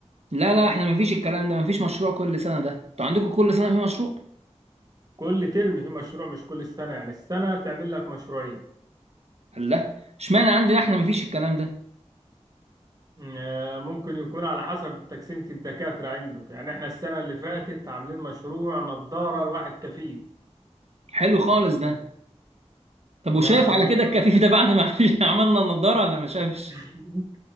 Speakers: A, on the right; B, on the right.
A: لا لا احنا مفيش الكلام ده مفيش مشروع كل سنه ده انتوا عندكم كل سنه في مشروع
B: كل ترم في مشروع مش كل سنة يعني السنة تعمل لك مشروعين
A: الله اشمعنى عندنا احنا مفيش الكلام ده
B: آه، ممكن يكون على حسب تقسيمة الدكاترة عندك يعني احنا السنة اللي فاتت عاملين مشروع نظارة لواحد كفيف
A: حلو خالص ده طب
B: ده
A: وشاف على
B: المشروع
A: كده الكفيف ده بعد ما <laughs> عملنا النضاره ولا ما شافش
B: <laughs>